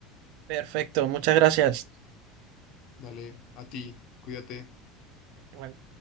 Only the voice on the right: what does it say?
Perfecto, muchas gracias.
Igual-